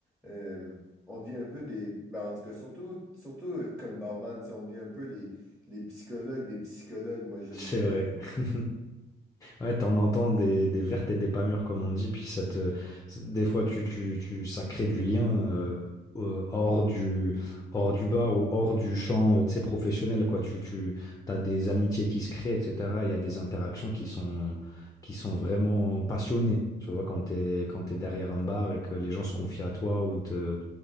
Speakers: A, in the centre; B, on the left.
A: Euh, on devient un peu des... ben, en tout cas, surtout, surtout euh, comme barman, tu sais, on devient un peu les, les psychologues des psychologues, moi, j'aime
B: C'est
A: dire.
B: vrai. <laughs> Ouais, t'en entends des, des vertes et des pas mûres, comme on dit, puis ça te, des fois, tu, tu, tu, ça crée du lien euh, euh, hors du, hors du bar ou hors du champ, euh, tu sais, professionnel, quoi. Tu, tu, t'as des amitiés qui se créent, etc. Il y a des interactions qui sont, qui sont vraiment passionnées, tu vois, quand t'es, quand t'es derrière un bar et que les gens se confient à toi ou te,